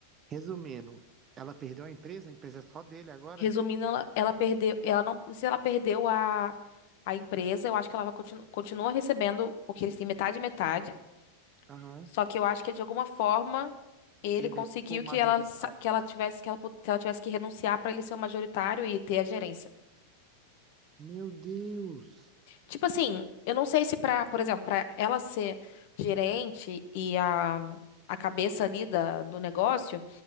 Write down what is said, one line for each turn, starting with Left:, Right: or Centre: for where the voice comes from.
Right: Resumindo, ela perdeu a empresa, a empresa é só dele agora?
Left: Resumindo, ela, ela perdeu, ela não, não sei se ela perdeu a, a empresa, eu acho que ela vai continu, continua recebendo, porque eles têm metade e metade,
Right: Aham.
Left: só que eu acho que de alguma forma ele
Right: Ele
Left: conseguiu
Right: é tipo o
Left: que
Right: majoritário.
Left: ela sa- que ela tivesse que ela, pu- que ela tivesse que renunciar para ele ser o majoritário e ter a gerência.
Right: Meu Deus!
Left: Tipo assim, eu não sei se pra, por exemplo, pra ela ser gerente e a, a cabeça ali da, do negócio,